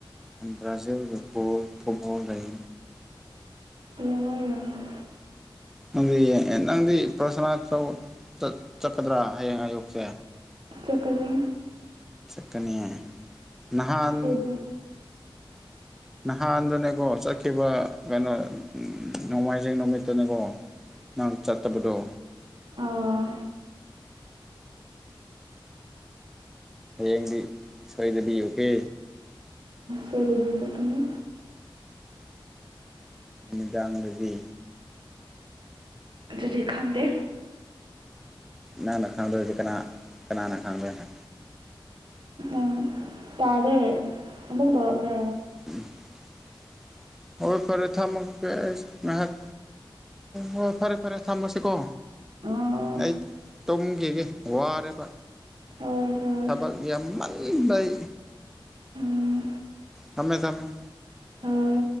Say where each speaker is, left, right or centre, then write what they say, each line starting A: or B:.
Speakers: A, in the centre; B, on the right.
A: ꯑ ꯕ꯭ꯔꯥꯖꯤꯜꯒ ꯐꯨꯕꯣ ꯐꯨꯠꯕꯜ ꯂꯩ
B: ꯌꯦꯡꯉꯣ ꯌꯦꯡꯉꯣ
A: ꯅꯪꯗꯤ ꯑ ꯅꯪꯗꯤ ꯄ꯭ꯔꯁꯅꯥ ꯇꯧ ꯆꯠ ꯆꯠꯀꯗ꯭ꯔꯥ ꯍꯌꯦꯡ ꯑꯌꯨꯛꯁꯦ
B: ꯆꯀꯅꯤ
A: ꯆꯀꯅꯤꯌꯦ ꯅꯍꯥꯟ
B: ꯁꯣꯏꯗꯤ
A: ꯅꯍꯥꯟꯗꯣꯅꯦꯀꯣ ꯆꯠꯈꯤꯕ ꯀꯦꯅꯣ ꯅꯣꯃꯥꯏꯖꯤꯡ ꯅꯨꯃꯤꯠꯇꯨꯅꯦꯀꯣ ꯅꯪ ꯆꯠꯇꯕꯗꯣ
B: ꯎꯝ
A: ꯍꯌꯦꯡꯗꯤ ꯁꯣꯏꯗꯕꯤ ꯑꯣꯀꯦ
B: ꯁꯣꯏꯗꯕꯤ ꯆꯠꯀꯅꯤ
A: ꯅꯨꯃꯤꯗꯥꯡꯗꯗꯤ
B: ꯑꯗꯨꯗꯤ ꯈꯪꯗꯦ
A: ꯅꯪꯅ ꯈꯪꯗꯗꯤ ꯀꯅꯥ ꯀꯅꯥꯅ ꯈꯪꯗꯣꯏꯅꯣ
B: ꯎꯝ ꯇꯥꯔꯦ ꯑꯃꯨꯛ ꯇꯧꯔꯛꯀꯦ
A: <inaudible> ꯍꯣꯏ ꯐꯔꯦ ꯊꯝꯃꯒꯦ ꯑꯩ ꯉꯥꯏꯍꯥꯛ ꯍꯣꯏ ꯐꯔꯦ ꯐꯔꯦ ꯊꯝꯃꯁꯤꯀꯣ
B: ꯑꯥ
A: ꯑꯩ ꯇꯨꯝꯒꯤꯒꯦ ꯋꯥꯔꯦꯕ
B: ꯍꯣꯏ ꯍꯣꯏ
A: ꯊꯕꯛ ꯌꯥꯝꯃꯟꯕꯩ
B: ꯎꯝ
A: ꯊꯃꯦ ꯊꯃꯦ
B: ꯍꯣꯏ